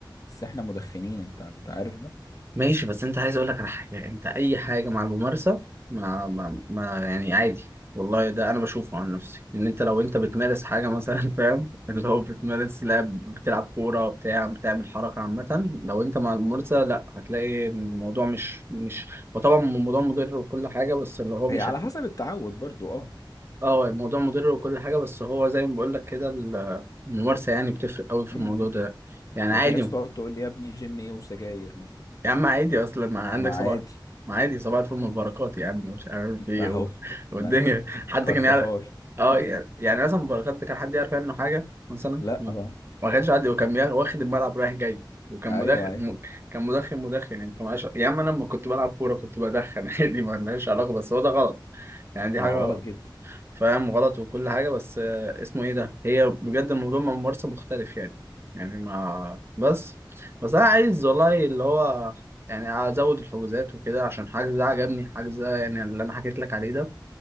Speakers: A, on the left (about 45°); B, on the right (about 30°).
A: بس احنا مدخنين انت انت عارف ده
B: ماشي بس انت عايز اقول لك على حاجه يعني انت اي حاجه مع الممارسه ما, ما, ما يعني عادي والله ده انا بشوفه عن نفسي ان انت لو انت بتمارس حاجه مثلا <laughs> فاهم اللي هو بتمارس لعب بتلعب كوره بتاع بتعمل حركه عامه لو انت مع الممارسه لا هتلاقي إن الموضوع مش مش وطبعا الموضوع مضر وكل حاجه بس اللي هو مش
A: هي على
B: هت...
A: حسب التعود برضو اه
B: اه الموضوع مضر وكل حاجه بس هو زي ما بقول لك كده الممارسه يعني بتفرق قوي في
A: امم
B: الموضوع ده يعني
A: يعني
B: عادي
A: في ناس تقعد تقول لي يا ابني جيم ايه وسجاير مثلا
B: يا عم عادي اصلا ما عندك
A: ما
B: صباح
A: عادي
B: ما عادي صباح الفل مباركات يا عم مش عارف ايه
A: اهو
B: و... <laughs> والدنيا
A: مثلا
B: حد
A: كرفخال
B: كان يعرف اه
A: <laughs>
B: يعني يعني مثلا مباركات كان حد يعرف عنه حاجه مثلا
A: لا
B: ما
A: اه
B: ما كانش حد وكان بيع- واخد الملعب رايح جاي وكان
A: ايوه
B: مدخن
A: عادي
B: م... كان مدخن مدخن يعني فمعش... يا عم انا لما كنت بلعب كوره كنت بدخن <laughs> عادي ما عندهاش علاقه بس هو ده غلط يعني دي
A: ما
B: حاجه
A: هو غلط جدا
B: فاهم غلط وكل حاجة بس آه، اسمه ايه ده هي بجد الموضوع من ممارسة مختلف يعني يعني ما بس بس انا عايز والله اللي هو يعني ازود الحجوزات وكده عشان حجز ده عجبني حجز ده يعني اللي انا حكيت لك عليه ده